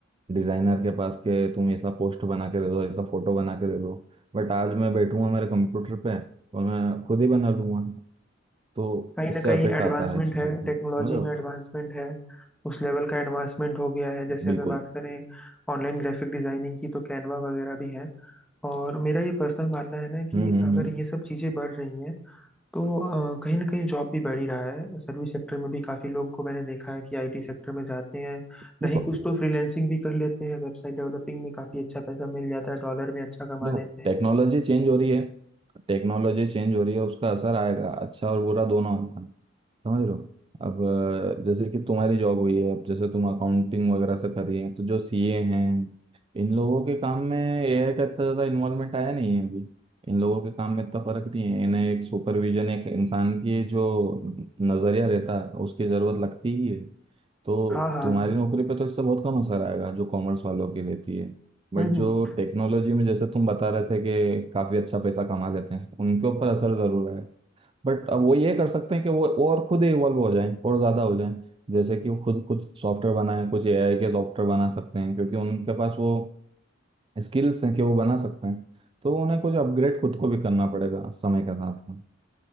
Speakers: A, on the right; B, in the centre.
A: डिज़ाइनर के पास के तुम ऐसा पोस्ट बना के दे दो ऐसा फोटो बना के दे दो बट आज मैं बैठूंगा मेरे कंप्यूटर पे और मैं खुद ही बना लूंगा तो
B: कहीं
A: इससे
B: ना कहीं
A: अफेक्ट
B: एडवांसमेंट
A: आता है चीज़ों
B: है
A: पर
B: टेक्नोलॉजी
A: समझ रहे हो
B: में एडवांसमेंट है उस लेवल का एडवांसमेंट हो गया है जैसे अगर
A: बिल्कुल
B: बात करें ऑनलाइन ग्राफिक डिजाइनिंग की तो कैनवा वगैरह भी है और मेरा ये पर्सनल मानना है ना कि
A: हम्म हम्म
B: अगर
A: हम्म।
B: ये सब चीज़ें बढ़ रही हैं तो अ, कहीं ना कहीं जॉब भी बढ़ ही रहा है सर्विस सेक्टर में भी काफ़ी लोग को मैंने देखा है कि आईटी सेक्टर में जाते हैं
A: देखो
B: नहीं कुछ तो फ्रीलैंसिंग भी कर लेते हैं वेबसाइट डेवलपिंग में काफ़ी अच्छा पैसा मिल जाता है डॉलर में अच्छा कमा
A: देखो
B: लेते हैं
A: टेक्नोलॉजी चेंज हो रही है टेक्नोलॉजी चेंज हो रही है उसका असर आएगा अच्छा और बुरा दोनों आता है समझ रहे हो अब अ, जैसे कि तुम्हारी जॉब हुई है अब जैसे तुम अकाउंटिंग वगैरह से कर रही हैं तो जो सीए हैं इन लोगों के काम में एआई का इतना ज़्यादा इन्वॉल्वमेंट आया नहीं है अभी इन लोगों के काम में इतना फर्क नहीं है इन्हें एक सुपरविजन एक इंसान की जो नज़रिया रहता है उसकी ज़रूरत लगती ही है तो
B: हाँ हाँ
A: तुम्हारी नौकरी पे तो इससे बहुत कम असर आएगा जो कॉमर्स वालों की रहती है बट
B: हम्म
A: जो
B: हम्म
A: टेक्नोलॉजी में जैसे तुम बता रहे थे कि काफ़ी अच्छा पैसा कमा लेते हैं उनके ऊपर असर ज़रूर है बट अब वो ये कर सकते हैं कि वो और खुद इवॉल्व हो जाएं और ज्यादा हो जाएं जैसे कि वो खुद कुछ सॉफ्टवेयर बनाएं कुछ एआई के सॉफ्टवेयर बना सकते हैं क्योंकि उनके पास वो स्किल्स हैं कि वो बना सकते हैं तो उन्हें कुछ अपग्रेड खुद को भी करना पड़ेगा समय के साथ में